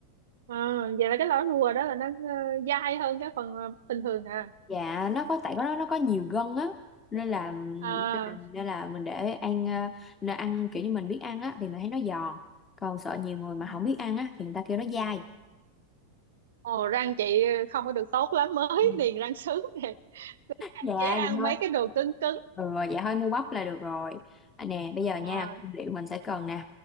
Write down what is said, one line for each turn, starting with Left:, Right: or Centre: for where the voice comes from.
Right: à, vậy là cái lõi rùa đó là nó ờ, dai hơn cái phần ờ, bình thường à
Left: Dạ nó có tại nó nó có nhiều gân á nên là
Right: à
Left: nên là mình để ăn ờ, nó ăn kiểu như mình biết ăn á thì mình thấy nó giòn còn sợ nhiều người mà
Right: Ừ.
Left: không biết ăn á thì người ta kêu nó dai
Right: ồ răng chị không có được tốt lắm mới
Left: Ừ.
Right: <laughs> niềng răng sứ nè hạn
Left: dạ vậy
Right: chế ăn
Left: thôi
Right: mấy cái đồ cứng cứng
Left: ừ, rồi dạ thôi mua bắp là được rồi à, nè bây giờ nha
Right: à
Left: nguyên liệu mình sẽ cần nè